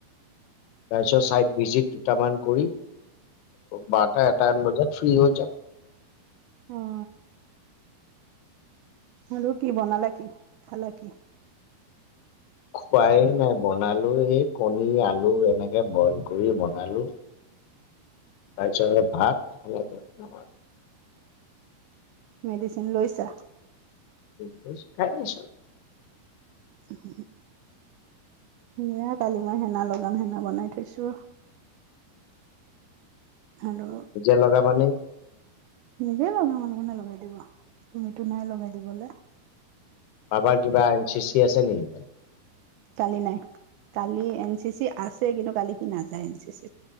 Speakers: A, on the left; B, on the right.
A: তাৰপিছত চাইদ ভিজিট দুটা মান কৰি বাৰটা এটা মান বজাত ফ্ৰী হৈ যাম
B: অ আৰু কি বনালা কি খালা কি
A: খোৱাই নাই বনালো সেই কণী আলু এনেকে বইল কৰি বনালো
B: <inaudible>
A: তাৰছত ভাত খালোতো ভাত
B: মেডিচিন লৈছা
A: হৈছে খাই আছো
B: <unintelligible> সেয়া কালি মই হেনা লগাম হেনা বনাই থৈছো। আৰু
A: নিজে লগাবা নে?
B: নিজে লগাম আৰু কোনে লগাই দিব তুমিতো নাই লগাই দিবলে।
A: বাবাৰ কিবা এন চি চি আছে নেকি?
B: কালি নাই কালি এন চি চি আছে কিন্তু কালি সি নাযায় এন চি চি।